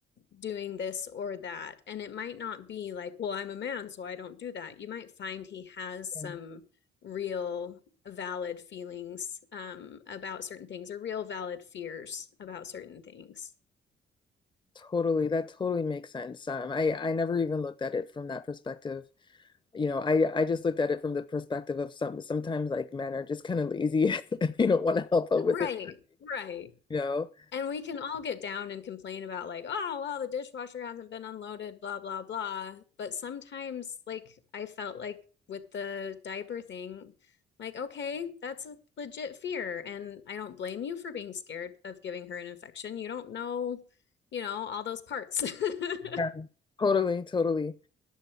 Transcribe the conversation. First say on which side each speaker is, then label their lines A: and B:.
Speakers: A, on the left; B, on the left.
A: doing this or that. And it might not be like, well, I'm a man, so I don't do that. You might find he has
B: yeah.
A: some real valid feelings um, about certain things or real valid fears about certain things.
B: Totally. That totally makes sense. Um, I I never even looked at it from that perspective. You know, I I just looked at it from the perspective of some sometimes like men are just kind of lazy. <laughs> You don't want to help out with
A: Right,
B: it.
A: right.
B: You know.
A: And we can all get down and complain about, like, oh, well, the dishwasher hasn't been unloaded, blah, blah, blah. But sometimes, like, I felt like with the diaper thing, like, okay, that's a legit fear. And I don't blame you for being scared of giving her an infection. You don't know, you know, all those parts. <laughs>
B: Yeah. Totally, totally.